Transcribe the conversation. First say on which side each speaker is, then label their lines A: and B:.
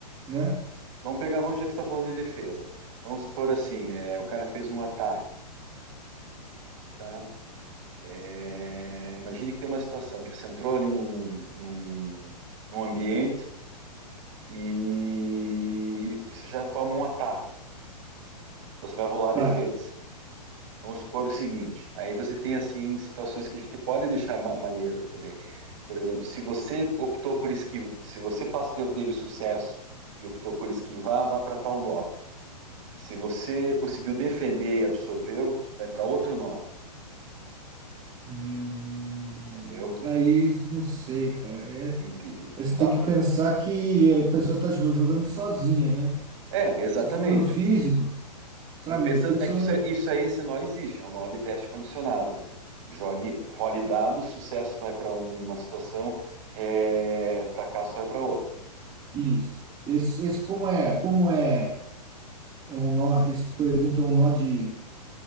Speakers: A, on the right; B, on the right.
A: né?
B: Vamos pegar, vamos, já que você tá falando de defesa. Vamos supor assim, é, o cara fez um ataque, tá? É, imagine que tem uma situação que você entrou ali num, num, num ambiente e e você já toma um ataque. Então você vai rolar a defesa.
A: Tá.
B: Vamos supor o seguinte, aí você tem assim situações que a gente pode deixar ma- maneiro também. Por exemplo, se você optou por esquivar, se você passa de- teve sucesso e optou por esquivar, vá para tal nó. Se você conseguiu defender e absorveu, vai para outro nó,
A: Hum,
B: entendeu?
A: aí não sei, cara. É,
B: Entendi.
A: você
B: Dá
A: tem que
B: para.
A: pensar que a pessoa tá jogando sozinha, né?
B: É, exatamente.
A: Se for no físico, sabe,
B: Foi pensando,
A: tem que
B: é
A: ser
B: que
A: um.
B: isso
A: Ne-
B: é, isso aí, esse nó existe, é um nó de teste condicionado. Jogue, role dados, sucesso vai para uma situação, é, fracasso vai para outra.
A: Isso. Esse, esse como é, como é, é um nó, esse, por exemplo, é um nó de,